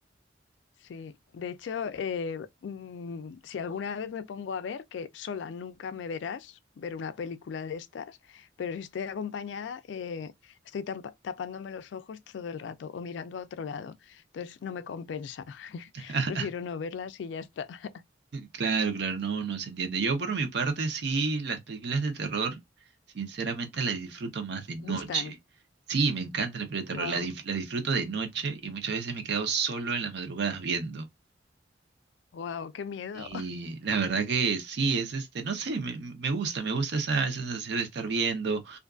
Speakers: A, on the left; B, on the right.
A: Sí, de hecho, eh, mm, si alguna vez me pongo a ver, que sola nunca me verás ver una película de estas, pero si estoy acompañada, eh, estoy tampa- tapándome los ojos todo el rato o mirando a otro lado. Entonces no me compensa. <laughs>
B: <laughs>
A: Prefiero no verlas y ya está. <laughs>
B: Claro, claro, no, no se entiende. Yo por mi parte sí, las películas de terror, sinceramente las disfruto más de noche.
A: Me gustan.
B: Sí, me encanta la película de terror,
A: Wow,
B: la, dif- la disfruto de noche y muchas veces me he quedado solo en las madrugadas viendo.
A: wow, qué miedo.
B: Y la verdad que sí, es este, no sé, me, me gusta, me gusta esa, esa sensación de estar viendo.